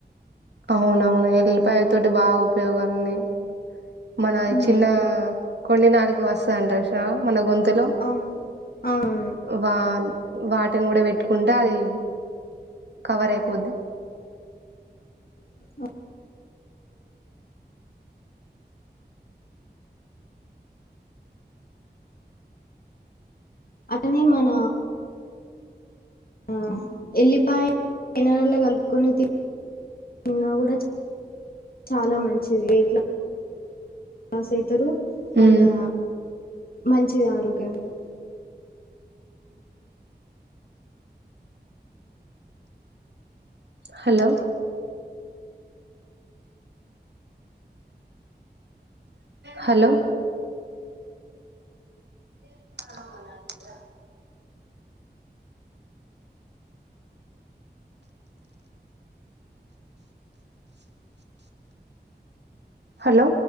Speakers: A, on the right (about 80°); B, on the left (about 55°).
A: అవునవును ఎల్లిపాయ తోటి బాగా ఉపయోగాలు ఉన్నయ్ మన
B: హ్మ్
A: చిన్న కొండి నాలుక వాస్తది అంటరు జూసినవా మన గొం తులో
B: అవును అవును
A: వా వాటిని గూడా పెట్టుకుంటే అది కవర్ అయిపోద్ది
B: ఉమ్ అట్టనే మన ఆ ఎల్లిపాయ అన్నంలో కలుపుకొని తిన్నా గూడా చాలా మంచిది వెయిట్ లాస్ అయితరు మళ్ళా
A: ఉమ్
B: మంచిది ఆరోగ్యం గూడా
A: హలో హలో <unintelligible> హలో